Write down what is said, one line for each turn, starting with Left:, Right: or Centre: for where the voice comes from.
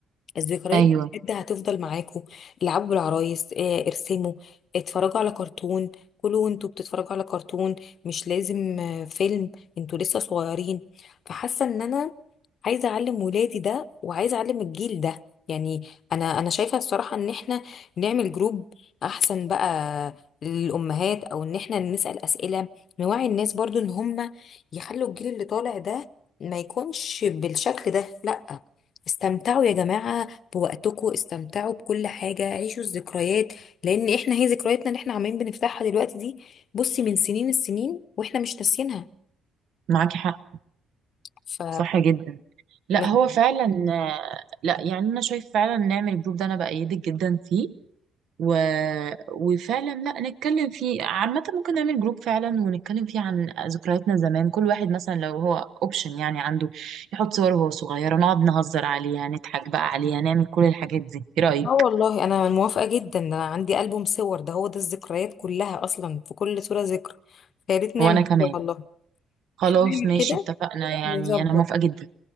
Left: الذكريات
Right: ايوه
Left: دي بجد هتفضل معاكوا العبوا بالعرايس آه، ارسموا اتفرجوا على كرتون كلوا وانتوا بتتفرجوا على كرتون مش لازم آه، فيلم انتوا لسه صغيرين فحاسه ان انا عايزه اعلم ولادي ده وعايزه اعلم الجيل ده يعني انا انا شايفه الصراحه ان احنا نعمل جروب احسن بقى للامهات او ان احنا نسال اسئله نوعي الناس برضو ان هم يخلوا الجيل اللي طالع ده ما يكونش بالشكل ده لا استمتعوا يا جماعة بوقتكم استمتعوا بكل حاجة عيشوا الذكريات لأن احنا هي ذكرياتنا اللي احنا عمالين بنفتحها دلوقتي دي بصي من سنين السنين واحنا مش ناسيينها
Right: معاكي حق
Left: ف
Right: صح جدا لا
Left: مه-
Right: هو فعلا آه، لا يعني انا شايف فعلا نعمل الجروب ده انا بأيدك جدا فيه و... وفعلا لا نتكلم فيه عامة ممكن نعمل جروب فعلا ونتكلم فيه عن ذكرياتنا زمان كل واحد مثلا لو هو اوبشن يعني عنده يحط صوره وهو صغير نقعد نهزر عليها نضحك بقى عليها نعمل كل الحاجات دي ايه رأيك
Left: اه والله انا موافقة جدا ده انا عندي ألبوم صور ده هو ده الذكريات كلها اصلا في كل صورة ذكر فيا ريت نعمل
Right: وانا كمان
Left: كده والله
Right: خلاص
Left: احنا نعمل
Right: ماشي
Left: كده
Right: اتفقنا يعني
Left: نظبط
Right: انا موافقة جدا